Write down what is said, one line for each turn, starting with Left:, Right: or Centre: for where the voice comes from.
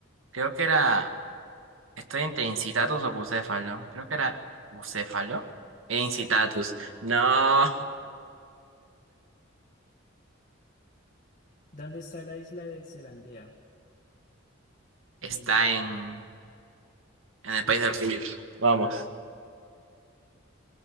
Right: Creo que era. Estoy entre incitatus o bucéfalo. Creo que era bucéfalo. E incitatus. No,
Left: ¿Dónde está la isla de Zelandia?
Right: está
Left: Mm,
Right: en, en el país del sur, Vamos.